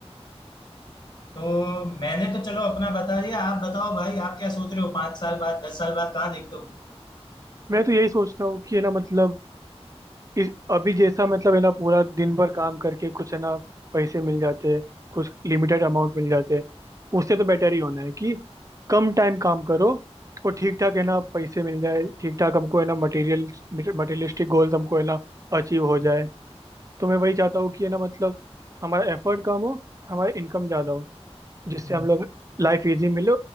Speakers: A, on the left; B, on the right.
A: तो मैंने तो चलो अपना बता दिया आप बताओ भाई आप क्या सोच रहे हो पांच साल बाद दस साल बाद कहाँ देखते हो खुद को
B: मैं तो यही सोचता हूँ कि है ना मतलब इस अभी जैसा मतलब है ना पूरा दिन भर काम करके कुछ है ना पैसे मिल जाते हैं कुछ लिमिटेड अमाउंट मिल जाते हैं उससे तो बेटर ही होना है कि कम टाइम काम करो और ठीक ठाक है ना पैसे मिल जाए ठीक ठाक हमको है ना मटेरियल मटेरियलिस्टिक गोल हमको है ना अचीव हो जाए तो मैं वही चाहता हूँ कि है ना मतलब हमारा एफर्ट कम हो हमारा इनकम ज़्यादा हो जिससे
A: हम्म,
B: हम लोग लाइफ इजी मिले